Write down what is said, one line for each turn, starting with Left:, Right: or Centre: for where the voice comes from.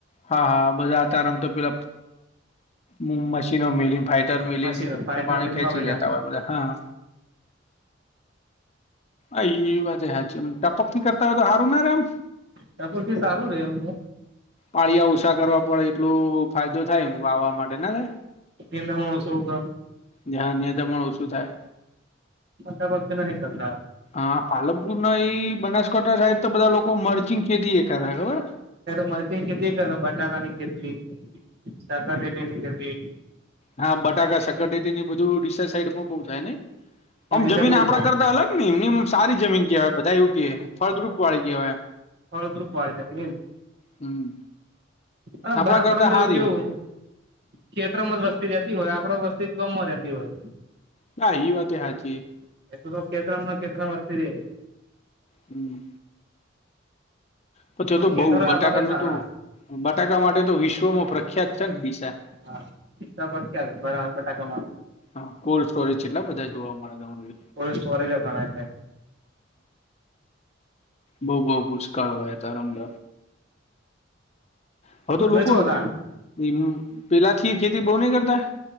Left: હા હા બધા આતામ તો પેલા હ મશીનો મિલી ફાઈટર મિલીને
Right: મશીન ફાઈટર
Left: કે પાણી
Right: મિલ
Left: ખેંચી
Right: વાપરી
Left: લેતા
Right: નાખે
Left: હોય બધા હા અ વા હ છે પક્કી કરતા હોય તો હારું ના રે એમ
Right: ત્યાંી સારું રે એમ
Left: પાળિયા ઉછા કરવા પડે એટલું ફાયદો થાય એમ વાવા માટે ને
Right: પત્નીંદ મણસગ
Left: જ્યાં નિયંતમણ ઓછું થાય
Right: પણતા પક્ષના ન સર ના
Left: હા પાલકપુર ના એ બનાસકાંઠા સાઈડ તો બધા લોકો મરચિંગ ખેતી એ કરે ખબર
Right: મરચ ની ખેતી કર બટનાકાાની ખેતી શકાર પટી ની ખેતી
Left: હા બટાકા સકટેેતી ને બધુંડીશ સાઈડમાં બહુ થાય ને આમ
Right: એ
Left: જમીન
Right: સાઈડ બહુ
Left: આપણા
Right: થાય
Left: કરતા અલગ એમમ સારી જમીન કહેવાય બધા એવું કે ફળદ્રુપ વાળી કહેવાય
Right: હળદ્રુ કવાળજની
Left: હમ.
Right: અને
Left: આપડા
Right: બનાસકાંઠા
Left: કરતા
Right: તોવું
Left: હારી
Right: કેવું
Left: એમ
Right: ક્ષેત્રમાં જ વસ્તી રહેતી હોય આપડે વસ્તી કમમાં રહેતી હોય
Left: ના ઈ વાત એ હાચી
Right: <unintelligible> કેેત્રમમાં કેેત્રમ વસ્તી રે
Left: હમ. પછી તો
Right: ખેતરો
Left: બઉ બટાકાનું
Right: આપડા કઈ સારા
Left: તો બટાકા માટે તો વિશ્વમાં પ ખયાત છે, ન દિશા
Right: હા હિસાબ ખ્યાલ બટાકામાં
Left: હા કોલ્ડ સ્ટોરેજ છેટલા બધા જોવા મળે
Right: કોલ્ડ સ્ટોરેજ ગણાય છે
Left: બઉ બઉ પુષ્કાળ વાયા તારમજ હવે તો
Right: તમે
Left: લોકો
Right: શું હતા
Left: <unintelligible> પેલા થી ખેતી બો નય કરતા